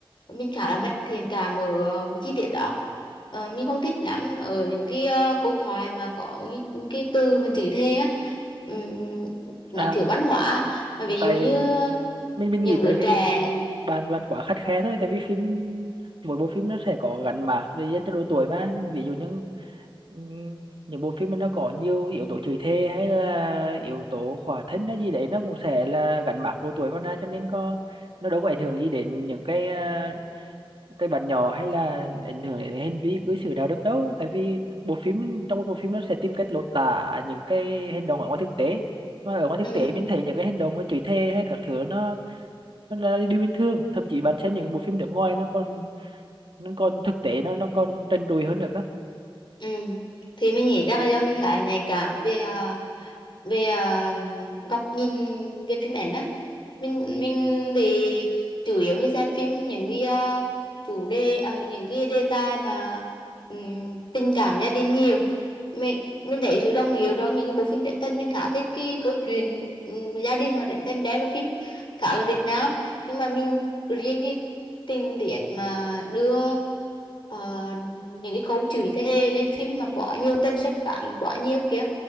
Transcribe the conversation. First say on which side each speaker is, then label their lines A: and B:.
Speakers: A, on the left; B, on the right.
A: mình khá là mất thiện cảm ở ờ, chi tiết đó Ờ, mình không thích lắm ở những cái ờ, câu thoại mà có những, những cái từ mà chửi thề á Ừm, nó
B: à,
A: thiếu văn hóa mà ví
B: tại
A: dụ như
B: mình mình
A: những
B: nghĩ tại
A: đứa
B: vì
A: trẻ
B: bạn bạn quá khắt khe thôi tại vì phim mỗi bộ phim nó sẽ có gắn mác để dành cho độ tuổi mà ví dụ những ừm, những bộ phim mà nó có nhiều yếu tố chửi thề hay là yếu tố khỏa thân hay gì đấy nó cũng sẽ là gắn mác độ tuổi vào ra cho nên có nó đâu có ảnh hưởng gì đến những cái à, cái bạn nhỏ hay là ảnh hưởng đến hành vi cư xử đạo đức đâu tại vì bộ phim trong một bộ phim nó sẽ tìm cách lột tả những cái hành động ở ngoài thực tế mà ở ngoài thực
A: ừ.
B: tế mình thấy những cái hành động mà chửi thề hay các thứ nó nó là điều bình thường thậm chí bạn xem những bộ phim nước ngoài nó còn nó còn thực tế nó nó còn trần trụi hơn được á.
A: Ừ. thì mình nghĩ chắc là do mình khá là nhạy cảm về ờ, về à, góc nhìn về phim ảnh á mình mình thì chủ yếu mình xem phim những cái à, chủ đề à, những cái đề tài mà ừm, tình cảm gia đình nhiều mình mình thấy sự đồng điệu trong những cái bộ phim truyện thân mình khá thích cái câu chuyện ừm, gia đình mà truyện thân đem vào phim khá là Việt Nam nhưng mà mình riêng cái tình tiết mà đưa ờ, những cái câu chửi thề lên phim mà quá nhiều tên sách cản quá nhiều kia